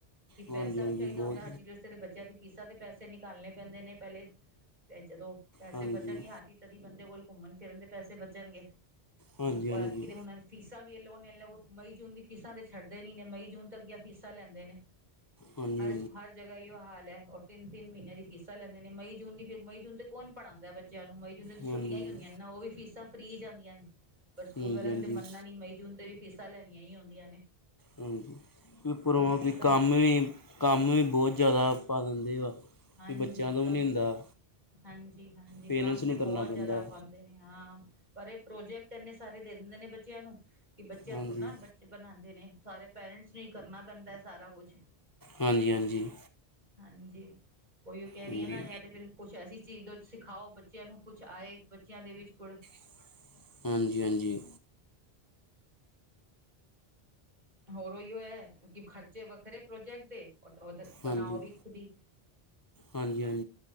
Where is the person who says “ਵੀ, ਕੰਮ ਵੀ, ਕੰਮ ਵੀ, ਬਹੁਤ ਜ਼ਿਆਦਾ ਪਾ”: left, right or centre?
Left